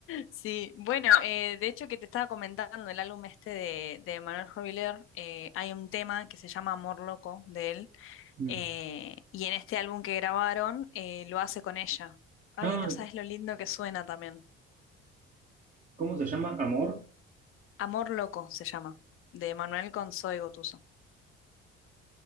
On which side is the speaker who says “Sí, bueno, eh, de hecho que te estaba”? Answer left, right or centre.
Left